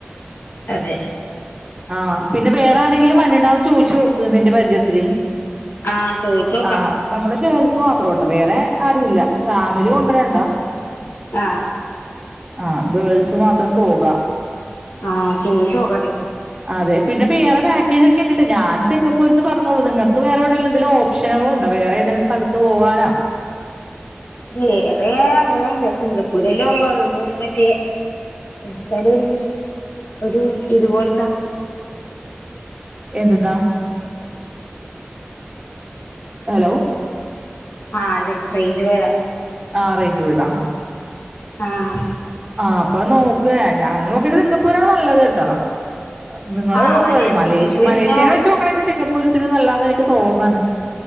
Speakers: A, on the left (about 55°); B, on the right (about 25°).
A: അതെ
B: ആ പിന്നെ വേറെ ആരെങ്കിലും വെര്ണ്ടാന്ന് ചോയിച്ചു നോക്ക് നിന്റെ പരിചയത്തില്
A: ആഹ് ചോയ്ചോക്കാം
B: ആ നമ്മള് ഗേൾസ് മാത്രംട്ടോ വേറെ ആരുല്ല ഫാമിലി കൊണ്ടുരണ്ട
A: ആഹ്
B: ആഹ് ഗേൾസ് മാത്രം പോക
A: ആഹ് ചോയ്ച്ചോക്കട്ടെ
B: അതെ പിന്നെ വേറെ പാക്കേജ് ഒക്കെ ഇണ്ടിട്ടൊ ഞാൻ സിംഗപ്പൂര്ന്ന് പറഞ്ഞോളൂ നിങ്ങക്ക് വേറെ എവിടേലും എന്തേലും ഓഫ ഓപ്ഷനുകളുണ്ടോ വേറെ ഏതേലും സ്ഥലത്ത് പോവാനോ
A: വേറെ യാ അങ്ങനെയില്ല. സിംഗപ്പൂരല്ലേ ഉള്ളത് എന്തോ ഒരു മറ്റേ <unintelligible> ഒരു ഇതുപോൽത്ത
B: എന്ത് ന്ന? ഹലോ
A: ആഹ് അതെ. റേഞ്ച് പോയതാ
B: ആഹ് റേഞ്ച് പോയതാ ഹാ.
A: ആഹ്
B: ആഹ് അപ്പം നോക്ക് ഞാൻ നോക്കിയിട്ട് സിങ്കപ്പൂരാണ് നല്ലത് ട്ടോ. നിങ്ങള്
A: ആഹ് അതന്നെ
B: മലേഷ്യ
A: സിംഗപ്പൂര്
B: മലേഷ്യേനെ
A: എന്തോ
B: വെച്ച് നോ ക്കുമ്പം എനിക്ക് സിംഗപ്പൂർ ഇച്ചിരൂടെ നല്ലാന്ന് എനിക്ക് തോന്നണ്.